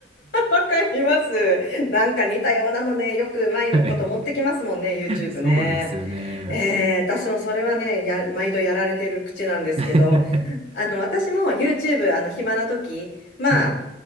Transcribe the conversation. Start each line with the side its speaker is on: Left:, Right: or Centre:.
Left: わかります。なんか似たようなのね、よくうまいのこと持ってきますもんね、
Right: はい。
Left: YouTube
Right: そうですよね。
Left: ね。えー、私もそれはね、や、毎度やられてる口なんですけど、
Right: <laughs>
Left: あの、私も YouTube、あの、暇な時、まあ、
Right: はい。